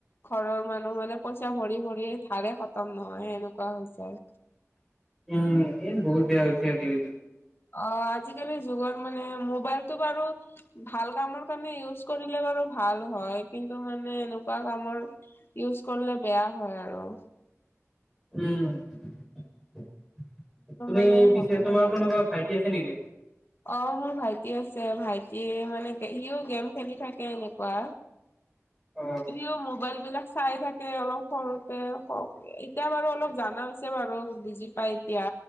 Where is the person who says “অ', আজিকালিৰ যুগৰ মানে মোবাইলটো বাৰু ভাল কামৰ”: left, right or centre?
Left